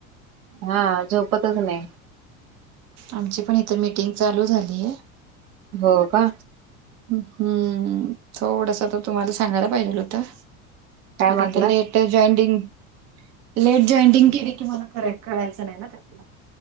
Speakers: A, on the right (about 75°); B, on the right (about 40°).
A: हा, झोपतच नाही.
B: आमची पण इथं, मीटिंग चालू झाली आहे.
A: हो, का?
B: हम्म् थोडंस तर तुम्हाला सांगायला पाहिजेल होतं की
A: काय म्हंटलात
B: आता ते लेट ते जॉइंडिंग लेट जॉईंडिंग केली की, मला फरक कळायचं नाही ना त्यातला